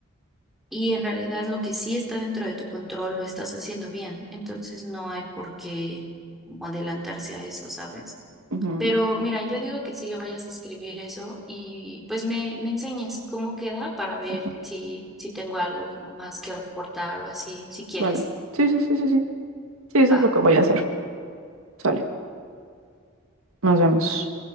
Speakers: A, in the centre; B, on the right (about 75°).
A: y en realidad lo que sí está dentro de tu control lo estás haciendo bien, entonces no hay por qué como adelantarse a eso, ¿sabes?
B: ujú,
A: Pero mira, yo digo que sí le vayas a escribir eso y pues me, me enseñes cómo queda para ver
B: ujú,
A: si, si tengo algo como más que aportar o así, si quieres.
B: vale. Sí, sí, sí, sí, sí. Sí, eso
A: Va.
B: es lo que voy a hacer. Sale, nos vemos.